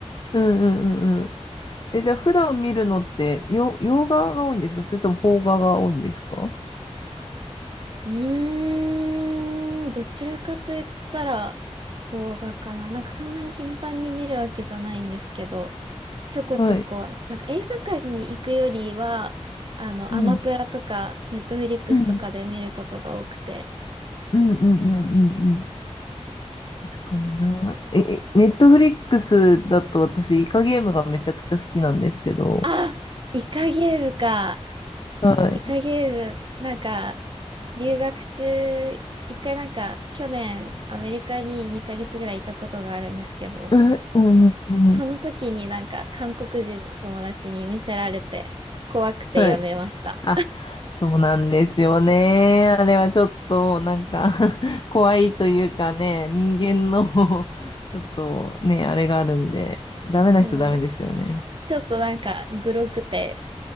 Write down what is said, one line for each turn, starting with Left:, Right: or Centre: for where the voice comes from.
Left: うんうんうんうん。え、じゃあ普段見るのって、よ、洋画が多いんですかそれとも邦画が多いんですか
Right: うーん、どちらかと言ったら、邦画かな。なんかそんなに頻繁に見るわけじゃないんですけど、ちょこちょこ、
Left: はい。
Right: なんか映画館に行くよりは、あの、
Left: うん。
Right: アマプラとか、ネットフリックスとかで見ることが多くて。
Left: うん。うんうんうんうんうん。確かにな。え、ネットフリックスだと私、イカゲームがめちゃくちゃ好きなんですけど。
Right: あ、イカゲームか。
Left: はい。
Right: イカゲーム、
Left: え
Right: なんか、留学中、一回なんか、去年、アメリカに2ヶ月ぐらいいたことがあるんですけど、
Left: うんうんうんうん。
Right: そその時になんか韓国人の友達に見せられて怖くてやめました。
Left: はい。あ、そうなんですよね。あれはちょっと、なんか <laughs> 怖いというかね、人間の <laughs> ちょっとね、あれがあるんで、ダメな人ダメですよね。
Right: そう。ちょっとなんかグロくて